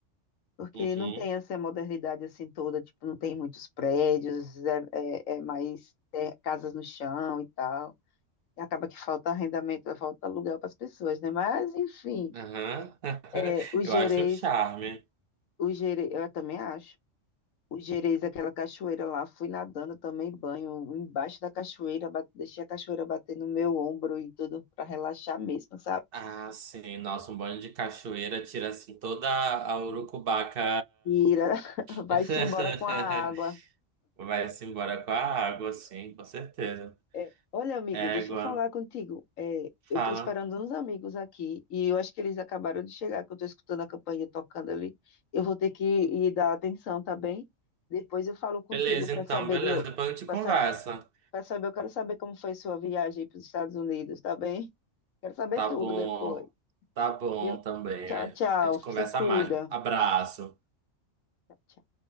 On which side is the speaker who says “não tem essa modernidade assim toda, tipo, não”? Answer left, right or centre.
Left